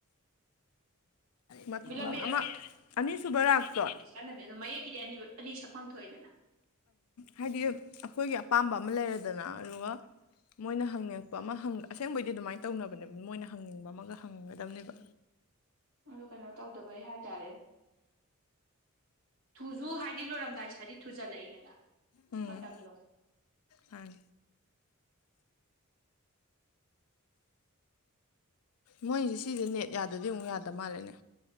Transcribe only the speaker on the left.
ꯄꯥꯏ
ꯑꯅꯤꯁꯨꯕ ꯔꯥꯛꯇꯣ
ꯍꯥꯏꯗꯤ ꯑꯩꯈꯣꯏꯒꯤ ꯑꯄꯥꯝꯕ ꯑꯃ ꯂꯩꯔꯗꯅ ꯑꯗꯨꯒ ꯃꯣꯏꯅ ꯍꯪꯉ ꯑꯄ ꯑꯃ ꯑꯁꯦꯡꯕꯩꯗꯤ ꯑꯗꯨꯃꯥꯏꯅ ꯇꯧꯅꯕꯅꯦ ꯃꯣꯏꯅ ꯍꯪꯅꯤꯡꯕ ꯑꯃꯒ ꯍꯪꯅꯤꯡꯒꯗꯕꯅꯦꯕ
ꯎꯝ
ꯍꯥꯏ ꯃꯣꯏꯁꯦ ꯁꯤꯁꯦ ꯅꯦꯠ ꯌꯥꯗꯗꯤ ꯑꯃꯨꯛ ꯌꯥꯗ ꯃꯥꯜꯂꯦꯅꯦ